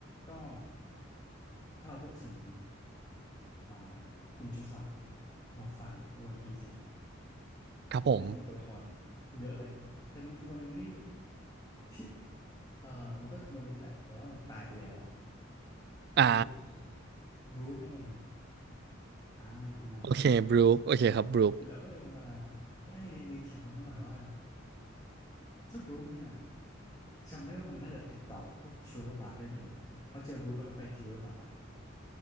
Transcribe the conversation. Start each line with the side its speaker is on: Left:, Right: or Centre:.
Left: ก็ถ้าเราพูดถึงอ่ากลุ่มจุลสลักดิ์หมวกฟางในวันพีซเนี่ย
Right: ครับผม
Left: มันก็จะมีตัวละครเยอะเลยแต่มีตัวหนึ่งที่ที่เออมันก็คือมนุษย์แหละแต่ว่าเหมือนตายไปแล้วอะก็คือ
Right: อ่า
Left: บรูคนั่นเองอ่าอ่าอ่า
Right: โอเค บรูคโอเคครับบรูค
Left: เราก็เลยเรามาไล่เรียงรีแคปกันสักหน่อยว่าเจ้าบรูคเนี่ยจำได้ว่ามันน่าจะติดต่อกับพวกทริลเลอร์บาร์กด้วยใช่ไหมเพราะเจอบรูคแล้วก็ไปทริลเลอร์บาร์กป่ะ